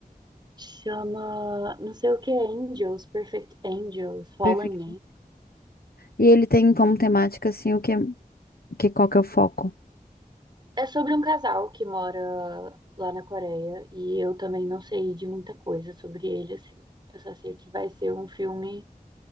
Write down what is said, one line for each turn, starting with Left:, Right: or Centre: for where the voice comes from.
Right: Chama. Não sei o que é Angels, Perfect Angels, Fallen
Left: Perfeito. E ele tem como temática, assim, o que, que qual que é o foco?
Right: É sobre um casal que mora lá na Coreia e eu também não sei de muita coisa sobre ele, assim. Eu só sei que vai ser um filme